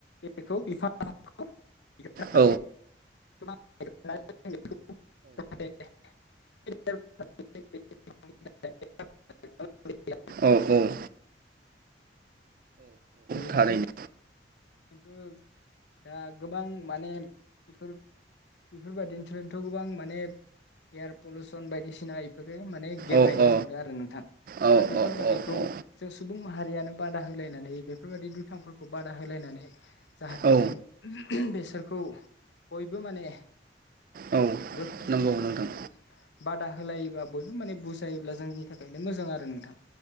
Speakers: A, on the left; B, on the right.
A: बेखौ बिफांखौ। <unintelligible>
B: औ
A: <unintelligible>
B: औ औ।
A: बेनिफ्रायथ'
B: थारैनो
A: दाथ' दा गोबां माने बेफोर बेफोरबायदिनिफ्रायथ' गोबां माने एयार पलुउसन बायदिसिना बेफोर माने गेब
B: औ
A: रेंनो
B: औ
A: हमदों आरो नोंथां
B: औ
A: दा बेफोरबादिखौ
B: औ औ
A: जों सुबुं माहारियानो बादा होलायनानै बेफोरबायदि दुथांफोरखौ बादा होलायनानै <unintelligible> जाहाथे
B: औ
A: जों बेसोर खौ बयबो माने
B: औ
A: <unintelligible>
B: नंगौ नोंथां
A: बादा होलायोबा बयबो माने बुजायोब्ला जोंनि थाखायनो मोजां आरो नोंथां।